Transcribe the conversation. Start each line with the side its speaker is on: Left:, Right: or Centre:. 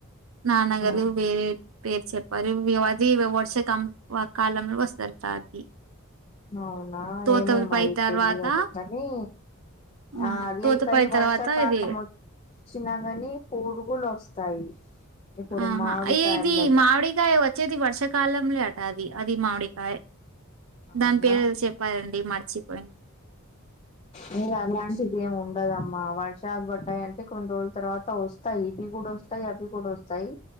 Right: నాన్నగారు
Left: ఆ,
Right: వేరే పేరు చెప్పారు అది వర్ష క కాలంలో వస్తారట అది
Left: అవునా
Right: తోతపై
Left: ఏమో మరి
Right: తర్వాత
Left: తెలియదు కాని
Right: ఉమ్,
Left: ఆ
Right: తోతపై
Left: లేకని
Right: తర్వాత
Left: వర్షాకాలమో
Right: ఇది
Left: చినగని పురుగులు వస్తాయి ఇప్పుడు
Right: ఆహా
Left: మామిడికాయలలో
Right: అ ఇది మామిడికాయ వచ్చేది వర్షాకాలం లే అట అది అది మామిడికాయ
Left: అవునా
Right: దాని పేరు ఏదో చెప్పాలండి మర్చిపోయినా
Left: మీరు అలాంటిది ఏమి ఉండదమ్మా వర్షాలు పడ్డాయి అంటే కొన్ని రోజుల తర్వాత వస్ స్తాయి ఇవి కూడా వస్తాయి అవి కూడా వస్తాయి